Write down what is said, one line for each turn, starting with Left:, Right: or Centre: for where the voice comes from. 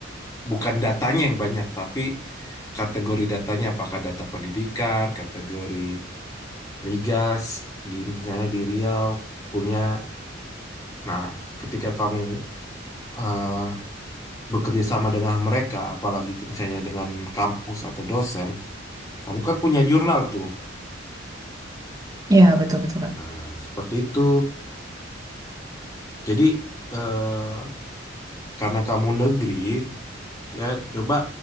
Left: bukan datanya yang banyak, tapi kategori datanya apakah data pendidikan, kategori migas di misalnya di Riau punya. Nah, ketika kamu eh, bekerja sama dengan mereka, apalagi ke- misalnya dengan kampus atau dosen, kamu kan punya jurnal tuh.
Right: Ya, betul-betul, Kak.
Left: Nah, seperti itu. Jadi eh, karena kamu negeri. ya coba